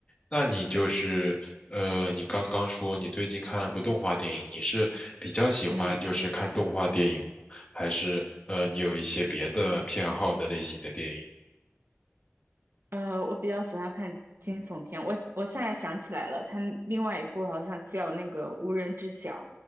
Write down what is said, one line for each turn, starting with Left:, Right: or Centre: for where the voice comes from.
Left: 那你就是，呃，你刚刚说你最近看了部动画电影，你是比较喜欢就是看动画电影吗，
Right: 嗯
Left: 还是呃你有一些别的偏好的类型的电影？
Right: 呃，我比较喜欢看惊悚片，我我现在想起来了，他另外一部好像叫那个《无人知晓》。